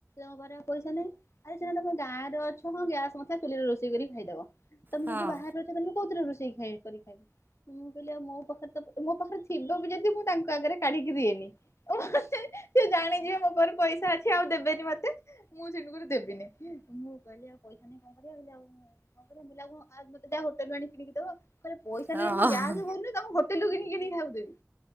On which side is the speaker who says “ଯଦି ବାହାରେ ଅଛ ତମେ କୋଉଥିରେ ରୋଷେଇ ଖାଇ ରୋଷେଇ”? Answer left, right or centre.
Left